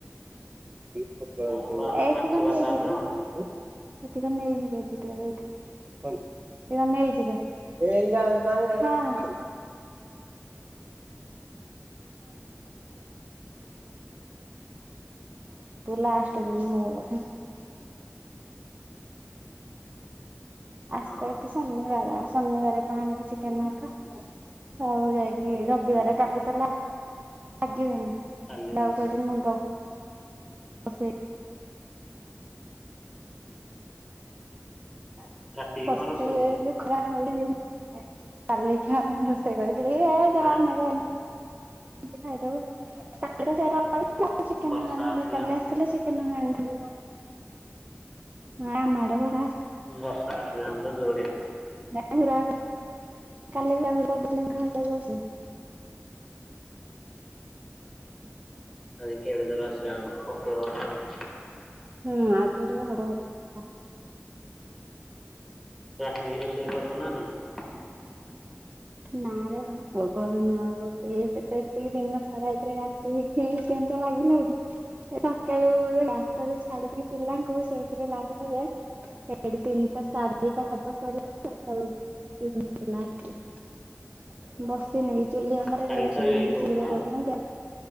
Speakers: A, on the right; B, in the centre.
A: ଏତିେ
B: ଆଉ ମାଛ
A: କଣ
B: ଫାଛ
A: ହେଇଯିବେ
B: ଆଣୁନୁ?
A: ସେଠିକ ନେଇାଇଁ ସେ ନେଇଯିବେଛେ ଆଣପ ଲାଷ୍ଟ ଦିନ ହବ ଆସି
B: ହଁ
A: ତ ଶନିବାର ଶନିବାର ପାଣିକୁ ଚିକେନକା ଆଉ ଯାଇକି ରବିବାର
B: ହଁ
A: କାଲି ତ ଲଗି ବିନି
B: କାଲି
A: ଲାଉ
B: ରବିବାର
A: କ ମୁ ଫ ହ
B: ରାତିକି
A: ପଶ
B: କଣ ରୋଷେଇ କରିବୁ?
A: ଯୋଉ ଖରା ହଳି ଯେ କାଲିକି ରୋଷେଇ କରି
B: ଇଆଡ଼େ
A: ଯାହା ମଜା ମତି ଖାଇଦବୁ ସେ ଚିକେନଗାନ
B: ବର୍ଷା
A: ନଲେ
B: ଆସିଲାଣି
A: କାଲି ଆସିଥିଲେ ଚିକେନଗା ହଁ ଆ ମା ବା
B: ବା ସସ ଜଣ ଜୋର
A: ହ ରାଗ କାଲି ବି ଆମେ କରିଦୋ <unintelligible> ସେ
B: ଆଜି କେଡ଼େ ଜୋର୍ ଆସିଲାକୁ ପକେଇବ ବୋଧେ ଆଉ।
A: ହୁଁ ଆଜି ଟିକେ ହବ ବର୍ଷା।
B: ରାତିକି ରୋଷେ ଇ କରିବ ନା ନାଇଁ?
A: ନା ରେ ଭୋକ କରୁନି ଆଉ ଏବେ ତ ଏତିକି ଦିନ ସାରା ଏଥିରେ କାଟିକି କେମତି ଲାଗିଲଣିି ସକାଳୁ ଚାର ଟା ରୁ ଛାଡିକି ପିଲାଙ୍କୁ ସେଇଥିରେ ଲାଗିଛି ଯେ ହେଇଠି ତିନିଟାା ସାଢ଼େଦିଟା ହବ ସରି ସକାଳୁ <unintelligible> ବସିନି ବି ଚୁଲି ଆମର
B: କାଲି
A: <unintelligible>
B: ସରିବ
A: ନଉନି,
B: କି କୋଉ
A: ଚୁଲିରେ
B: ଖୁଳା?
A: <unintelligible>